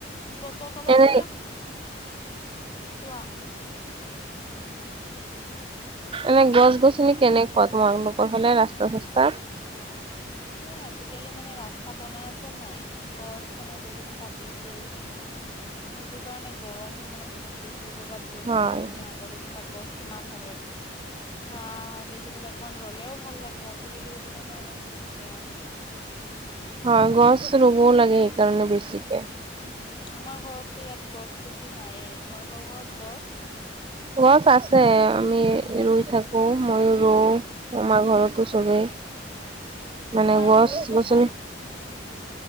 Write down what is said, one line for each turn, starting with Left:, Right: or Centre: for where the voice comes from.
Left: গছৰ তলত
Right: এনে
Left: বহিলে কোৱা
Right: এনেই গছ গছনি কেনেকোৱা ধনৰনৰ সেইফালে ৰাস্তা চস্তাত?
Left: এ আজিকালি মানে ৰাস্তা বনাই আছে নাই, গছ মানে বহুত কাটিছে সেইটো কাৰণে গৰমতো মানে বহুত বেছি। যে কৰবাত গৈ
Right: হয়
Left: থাকিলেও তুমি আগতে তোমাৰ গছ সিমান থাকে চাহ দেখি পেলাই অকমান ৰলেও ভাল লাগে, আজিকালি সেইটো কাৰণে মানে বহু বেয়া।
Right: হয় গছ ৰুবও লাগে সেইকাৰণে বেছিকে।
Left: উম আমাৰ ঘৰতো ইয়াত গছ বেছি নাইেই তোমালোকৰ ঘৰত গছ?
Right: গছ আছে আমি ৰুই থাকো মইও ৰৌও আমাৰ ঘৰতো চবেই। মানে
Left: আমাৰ
Right: গছ
Left: ৰৈছোঁ
Right: গছনি
Left: আমাৰ